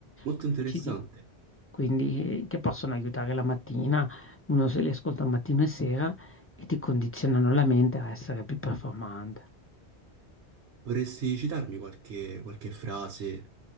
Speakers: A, on the right; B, on the left.
A: Molto
B: Questi
A: interessante.
B: CD, quindi eh, che possono aiutare la mattina, uno se li ascolta mattino e sera e ti condizionano la mente a essere più performante.
A: Vorresti citarmi qualche, qualche frase